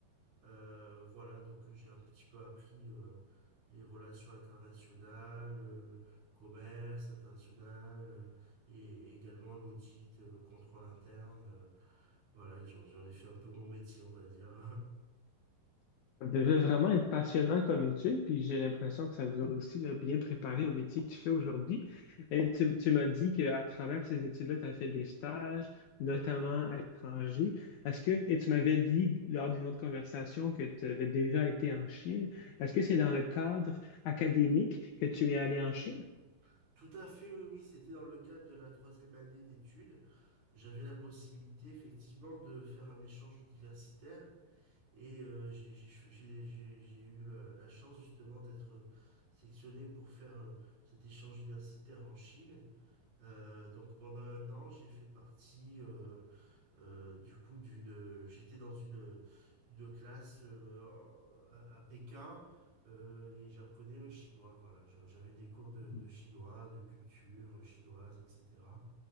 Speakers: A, on the right; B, on the left.
A: Euh, voilà, donc euh, j'ai un petit peu appris euh, les relations internationales, euh, le commerce international euh, et, et également l'audit, euh, le contrôle interne. euh, voilà, et j'en j'en ai fait un peu mon métier, on va dire.
B: Ça devait vraiment être passionnant comme étude, puis j'ai l'impression que ça devait aussi là, bien préparer au métier que tu fais aujourd'hui. Et tu, tu m'as dit qu'à travers ces études-là, tu as fait des stages, notamment à l'étranger. Est-ce que, et tu m'avais dit lors d'une autre conversation que tu avais déjà été en Chine. Est-ce que c'est dans le cadre académique que tu es allé en Chine?
A: <laughs> Tout à fait, oui, oui, c'était dans le cadre de la troisième année d'études j'avais la possibilité effectivement de faire un échange universitaire Et euh, j'ai j'ai cho- j'ai- j'ai- j'ai eu la, la chance justement d'être euh, sélectionné pour faire euh, cet échange universitaire en Chine. Euh, donc pendant un an, j'ai fait partie euh, euh, du coup d'une... J'étais dans une, une classe euh, à, à Pékin euh, et j'apprenais le chinois. Voilà, Je- j'avais des cours de, de
B: Mm.
A: chinois, de culture chinoise, etc.